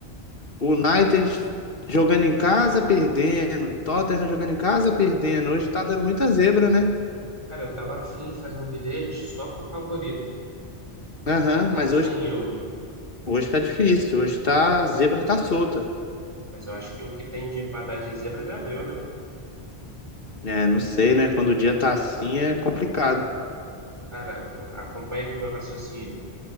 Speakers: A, on the left; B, on the right.
A: O United
B: É.
A: jogando em casa, perdendo. Tottenham jogando em casa, perdendo. Hoje está dando muita zebra, né?
B: Cara, eu tava afim de fazer um bilhete só pro favorito,
A: Aham,
B: colocar
A: mas
B: 100
A: hoje,
B: euros.
A: hoje tá difícil. Hoje tá, a zebra tá solta.
B: Mas eu acho que o que tem de pra dar de zebra já deu, né?
A: É, não sei, né? Quando o dia tá assim é complicado.
B: Cara, eu- acompanha aqui meu raciocínio.